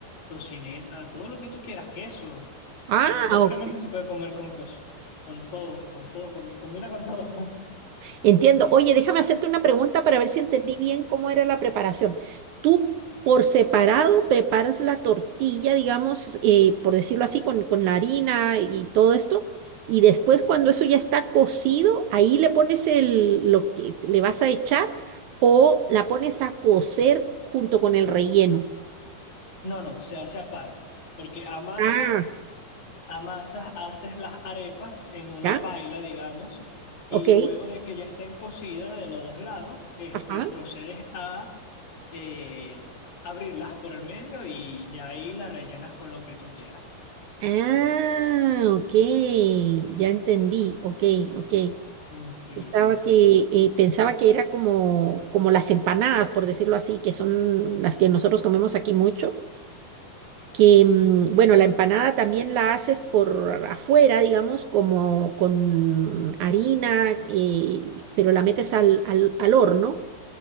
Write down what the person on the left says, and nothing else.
tocineta, todo lo que tú quieras, queso.
Bas- Básicamente se puede comer con cosas, con todo, con todo, com- combina con todo. <laughs>
No, no, se hace aparte, porque amasas
Amasas, haces las arepas en una
paila, digamos, y
luego de que ya estén cocidas de los dos lados, este,
procedes a eh, abrirlas por el medio y ya ahí las rellenas con lo que tú quieras.
Mm, Sí,
sí.